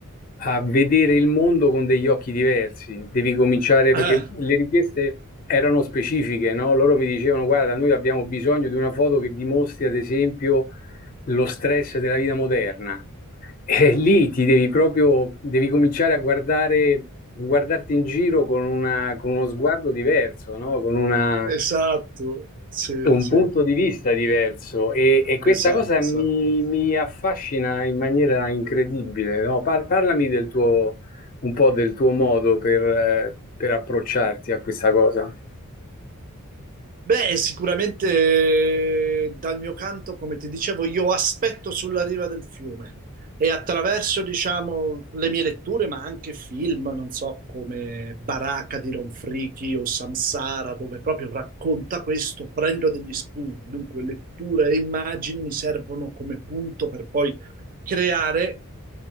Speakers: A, on the left; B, on the right.
A: a vedere il mondo con degli occhi diversi. Devi cominciare
B: Ah,
A: perché le richieste erano specifiche, no? Loro mi dicevano: Guarda, noi abbiamo bisogno di una foto che dimostri, ad esempio, lo stress della vita moderna. E lì ti devi proprio, devi cominciare a guardare, guardarti in giro con una- con uno sguardo diverso, no? Con una
B: esatto, sì,
A: un
B: sì,
A: punto di vista diverso e, e questa
B: esatto,
A: cosa mi,
B: esatto.
A: mi affascina in maniera incredibile, no? Par- parlami del tuo, un po' del tuo modo per, eh, per approcciarti a questa cosa.
B: Beh, sicuramente eh, dal mio canto, come ti dicevo, io aspetto sulla riva del fiume e attraverso, diciamo, le mie letture, ma anche film, non so, come Baracca di Ronfricchi o Samsara, dove proprio racconta questo, prendo degli spunti. Dunque, lettura e immagini mi servono come punto per poi creare.